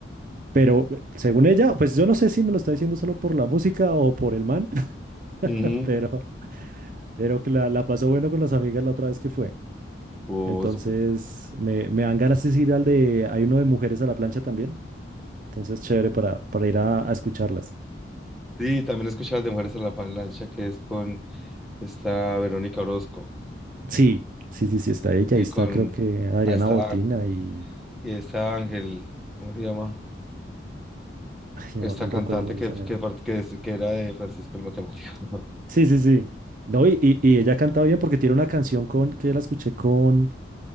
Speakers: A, on the right; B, in the centre.
A: Pero eh, según ella, pues yo no sé si me lo está diciendo solo por la música o por el man,
B: Ujú.
A: <laughs> pero, pero que la, la pasó bueno con las amigas la otra vez que fue.
B: Oh,
A: Entonces,
B: súper.
A: me, me dan ganas de ir al de, hay uno de mujeres a la plancha también. Entonces, chévere para, para ir a, a escucharlas.
B: Sí, también escuchaba las de Mujeres a la Avalancha, que es con esta Verónica Orozco
A: Sí, sí, sí, sí, está ella.
B: y
A: Ahí está,
B: con
A: creo que Adriana
B: ahí está,
A: Botina y.
B: y esta Ángel, ¿cómo se llama?
A: <laughs> Ay, no,
B: Esta
A: no
B: cantante
A: recuerdo el nombre
B: que,
A: de esa nena.
B: que, part- que, es- que era de Francisco el Matemático,
A: Sí, sí, sí. No, y, y, y ella cantaba bien porque tiene una canción con que la escuché con.